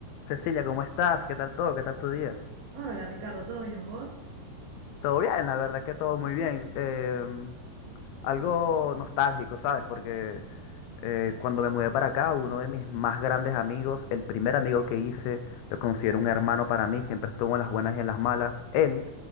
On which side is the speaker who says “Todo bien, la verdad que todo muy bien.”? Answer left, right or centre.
Left